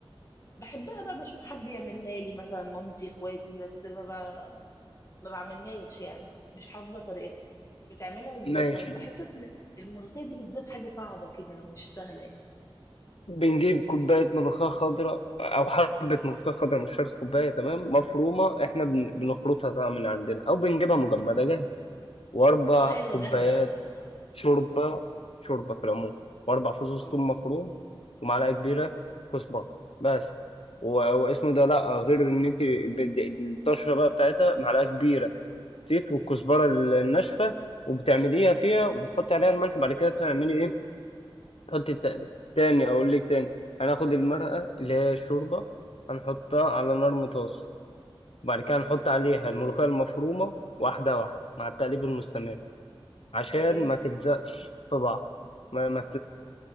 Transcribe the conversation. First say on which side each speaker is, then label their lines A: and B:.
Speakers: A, on the left; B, on the left.
A: بحبها بقى بشوف حد يعملها لي مثلا مامتي اخواتي بس ما ب... ما بعملهاش يعني مش حافظه طريقتها بتعملها ازاي
B: ماشي
A: طيب بحس إن الملوخيه دي بالذات حاجه صعبه كده مش سهله يعني
B: بنجيب كوبايه ملوخيه خضراء او حبه ملوخيه خضراء مش شرط كوبايه تمام مفرومه احنا بن- بنخلطها طبعا من عندنا او بنجيبها مجمده جاهزه واربع
A: اه حلوه
B: كوبايات
A: جاهزه احسن طبعا
B: شوربه شوربه في العموم واربع فصوص
A: اه
B: ثوم مفروم ومعلقه كبيره كزبره بس و- واسمه ده لا غير ان انت بد- الطشره بقى بتاعتها معلقه كبيره زيت والكزبره الناشفه وبتعمليها فيها وبتحطي عليها الملح وبعد كده تعملي ايه حط التقليد تاني اقول لك تاني هناخد المرقه اللي هي الشوربه هنحطها على نار متوسط وبعد كده هنحط عليها الملوخيه المفرومه واحده واحده مع التقليب المستمر عشان
A: تمام
B: ما تلزقش في بعض ما, ما